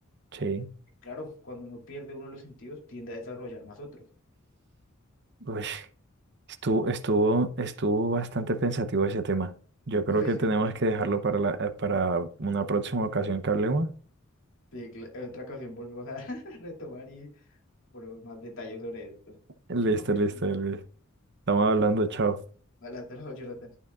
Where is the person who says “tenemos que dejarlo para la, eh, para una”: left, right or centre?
Right